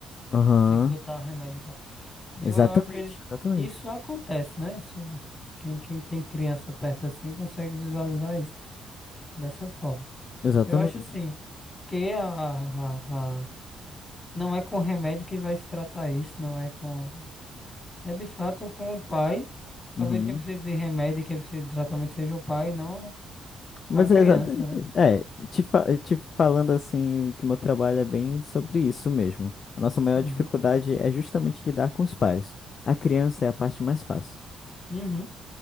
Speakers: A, on the left; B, on the left.
A: Aham,
B: tem que botar remédio e tal. E
A: Exatamente,
B: eu acredito,
A: exatamente.
B: isso acontece, né? Isso, quem, quem tem criança perto assim consegue visualizar isso dessa forma.
A: Exatamente.
B: Eu acho assim, que a, a, Não é com remédio que vai se tratar isso, não é com. É de fato com o pai. Talvez
A: Uhum.
B: quem precise de remédio e quem precise de tratamento seja o pai, não
A: Mas
B: a criança,
A: é exatamente
B: né?
A: isso. É, te, fa- te falando assim, que o meu trabalho é bem sobre isso mesmo. A nossa maior
B: Uhum.
A: dificuldade é justamente lidar com os pais. A criança é a parte mais fácil.
B: Uhum.